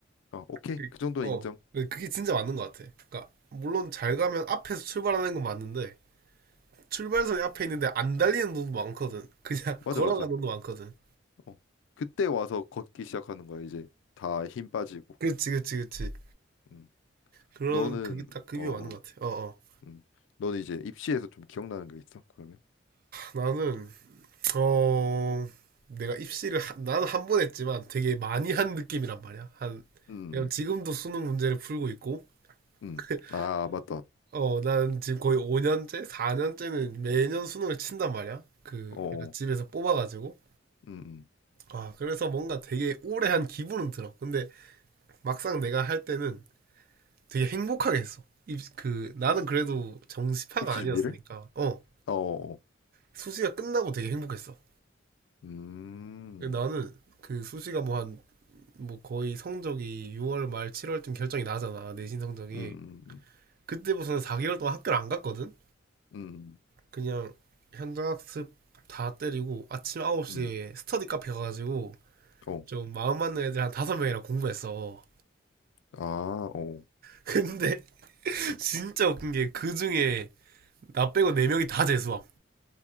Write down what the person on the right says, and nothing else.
그-
어,
그게 진짜 맞는 것 같아. 그러니까 물론 잘 가면 앞에서 출발하는 건 맞는데 출발선이 앞에 있는데 안 달리는 놈도 많거든.
그냥
<laughs> 걸어가는
놈도 많거든.
그치, 그치, 그치.
그런,
그게 딱 급이
맞는 것
같아. 어, 어.
나는, 어, 내가 입시를, 한- 나는 한 번 했지만 되게 많이 한 느낌이란 말이야. 한,
왜냐면
지금도 수능 문제를 풀고 있고,
<laughs>
어, 난 지금 거의 5년째, 4년째는 매년 수능을 친단 말이야. 그,
약간
집에서 뽑아가지고.
아, 그래서 뭔가 되게 오래 한 기분은 들어. 근데 막상 내가 할 때는 되게 행복하게 했어. 입, 그, 나는 그래도 정시파가
아니었으니까,
어,
수시가 끝나고 되게 행복했어.
나는 그 수시가 뭐 한, 뭐 거의 성적이 6월 말 7월쯤 결정이 나잖아. 내신 성적이.
그때부터는 4개월 동안 학교를 안 갔거든?
그냥 현장학습 다 때리고 아침 9시에
스터디 카페 가가지고
좀 마음 맞는 애들 한 5명이랑 공부했어.
근데 <laughs> 진짜 웃긴 게 그 중에 나 빼고 4명이 다 재수함.